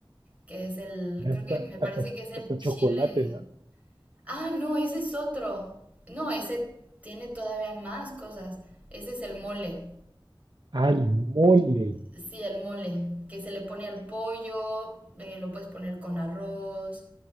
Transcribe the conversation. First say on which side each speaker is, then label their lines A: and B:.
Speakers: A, on the right; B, on the right.
A: Que es el,
B: Tiene
A: creo
B: Hasta,
A: que me
B: hasta,
A: parece que es el
B: hasta
A: chile.
B: chocolate, ¿no?
A: Ah, no, ese es otro. No, ese tiene todavía más cosas. Ese es el mole.
B: Al mole,
A: Sí, el mole, que se le pone al pollo, eh, lo puedes poner con arroz,